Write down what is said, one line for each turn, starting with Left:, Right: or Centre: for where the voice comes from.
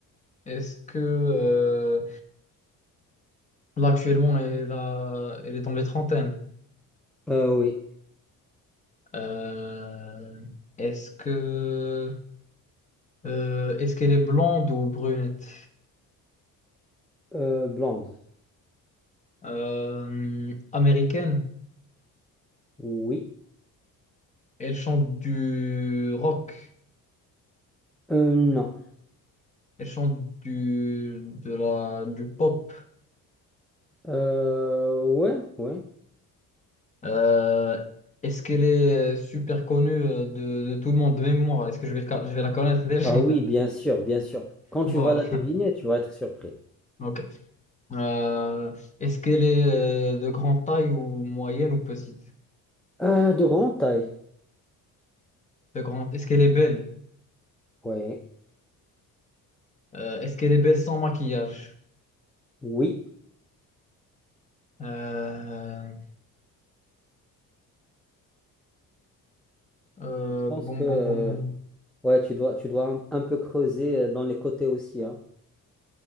Left: Est-ce que... euh, Là, actuellement, elle est, là- elle est dans les trentaines.
Centre: Euh, oui.
Left: Euh, Est-ce que... Euh, est-ce qu'elle est blonde ou brunette?
Centre: Euh, blonde.
Left: Euh, américaine.
Centre: Oui.
Left: Elle chante du rock.
Centre: Euh, non.
Left: Elle chante du, de la, du pop.
Centre: Euh, ouais, ouais.
Left: Euh, est-ce qu'elle est super connue euh, de, de tout le monde, même moi? Est-ce que je vais, le ca- je vais la connaître déjà?
Centre: Bah oui, bien
Left: <laughs>
Centre: sûr, bien sûr. Quand tu
Left: Voilà.
Centre: vas la deviner, tu vas être surpris.
Left: Ok. Euh, est-ce qu'elle est euh, de grande taille ou moyenne ou petite?
Centre: Euh, de grande taille.
Left: De grande. Est-ce qu'elle est belle?
Centre: Ouais.
Left: Euh, est-ce qu'elle est belle sans maquillage?
Centre: Oui.
Left: Euh, euh,
Centre: Je pense
Left: bon,
Centre: que euh,
Left: bon, bon, bon.
Centre: ouais, tu dois, tu dois un, un peu creuser euh, dans les côtés aussi, hein.